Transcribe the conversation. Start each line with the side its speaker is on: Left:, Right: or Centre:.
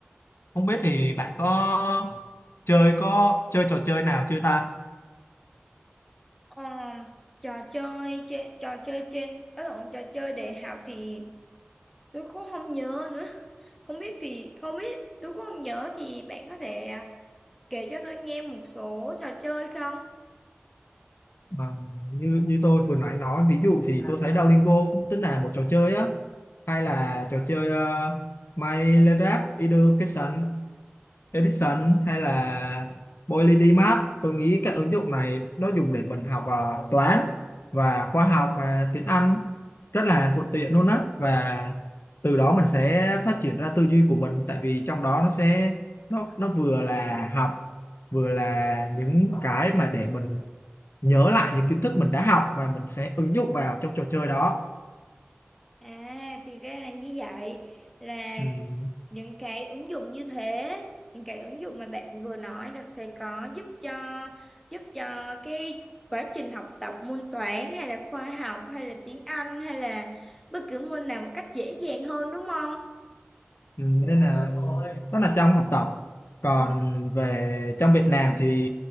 Left: không biết thì bạn có chơi có chơi trò chơi nào chưa ta
Centre: Ờ, trò chơi trên, trò chơi trên ở lộn trò chơi đại học thì tôi cũng không nhớ nữa không biết thì không biết tôi cũng không nhớ thì bạn có thể à, kể cho tôi nghe một số trò chơi không
Left: Ờ, như như tôi vừa nói nói ví dụ thì tôi thấy Duolingo cũng tính là một trò chơi á hay là trò chơi uh, My Little Education Edison hay là PolyDMath tôi nghĩ các ứng dụng này nó dùng để mình học ờ, toán và khoa học và tiếng Anh rất là thuận tiện luôn á và từ đó mình sẽ phát triển ra tư duy của mình tại vì trong đó nó sẽ nó nó vừa là học vừa là những cái mà để mình nhớ lại những kiến thức mình đã học và mình sẽ ứng dụng vào trong trò chơi đó
Centre: à thì ra là như vậy là
Left: Ừm,
Centre: những cái ứng dụng như thế những cái ứng dụng mà bạn vừa nói là sẽ có giúp cho giúp cho cái quá trình học tập môn toán hay là khoa học hay là tiếng Anh hay là bất cứ môn nào một cách dễ dàng hơn đúng không
Left: Ừ, nên là đó là trong học tập còn
Centre: À,
Left: về trong Việt Nam thì